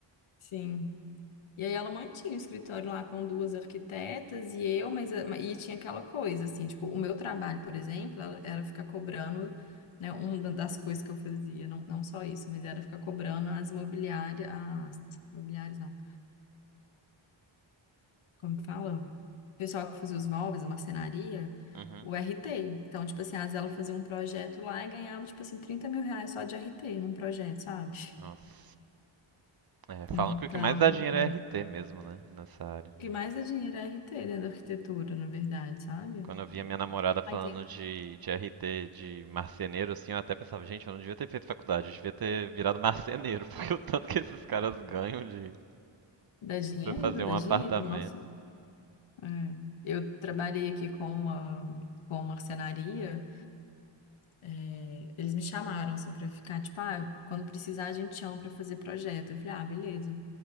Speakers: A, on the left; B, on the right.
A: sim. E aí ela mantinha o escritório lá com duas arquitetas e eu, mas a- e tinha aquela coisa, assim, tipo, o meu trabalho, por exemplo, ela- era ficar cobrando, né, uma das coisas que eu fazia, não, não só isso, mas era ficar cobrando as imobiliárias, as imobiliárias não, como que fala? O pessoal que fazia os móveis, a marcenaria,
B: Uhum,
A: o RT. Então, tipo assim, às vezes ela fazia um projeto lá e ganhava, tipo assim, 30 mil reais só de RT num projeto, sabe?
B: Nossa. É,
A: Então,
B: falam que o que mais dá dinheiro
A: o
B: é RT mesmo, né? Nessa área de.
A: que mais dá dinheiro é RT, né, da arquitetura, na verdade, sabe?
B: Quando eu via minha namorada falando
A: Ai, tem.
B: de, de RT de marceneiro, assim, eu até pensava, gente, eu não devia ter feito faculdade, eu devia ter virado marceneiro, <laughs> porque o tanto que esses caras ganham de
A: Dá dinheiro,
B: pra fazer um
A: dá
B: apartamento.
A: dinheiro, nossa. É. Eu trabalhei aqui com uma, com uma marcenaria É, eles me chamaram, assim, pra ficar, tipo, ah, quando precisar a gente chama pra fazer projeto. Eu falei, ah, beleza.